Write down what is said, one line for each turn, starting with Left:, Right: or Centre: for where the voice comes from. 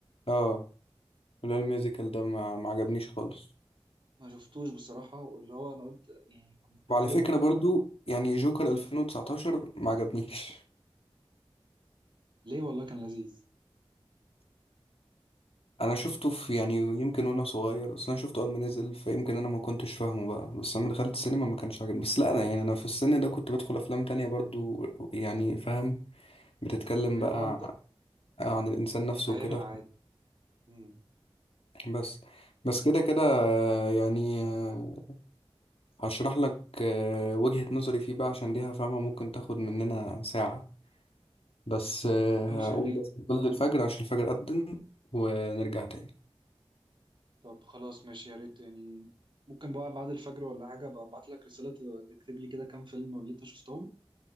Left: اه لا الميوزيكال ده ما, ما عجبنيش خالص
Right: ما شفتوش بصراحة واللي هو انا قلت يعني كنت
Left: وعلى
Right: حابب
Left: فكرة برضو يعني جوكر 2019 ما عجبنيش
Right: ليه والله كان لذيذ
Left: انا شفته في يعني يمكن وانا صغير اصل انا شفته اول ما نزل فيمكن انا ما كنتش فاهمه بقى بس لما دخلت السينما ما كانش عاجبني بس لا انا يعني انا في السن ده كنت بدخل افلام تانية برضو يعني فاهم بتتكلم
Right: يعني
Left: بقى
Right: اه انت
Left: عن الانسان
Right: كنت
Left: نفسه
Right: فاهمها
Left: وكده
Right: عادي مم.
Left: بس بس كده كده آه، يعني آه، هشرح لك آه، وجهة نظري فيه بقى عشان دي فاهمة ممكن تاخد مننا ساعة بس آه،
Right: طب ماشي
Left: هقوم
Right: يا ريت
Left: بس قبل الفجر عشان الفجر أذن ونرجع تاني
Right: طب خلاص ماشي يا ريت يعني ممكن بقى بعد الفجر ولا حاجة أبقى أبعت لك رسالة تكتب لي كده كام فيلم اللي أنت شفتهم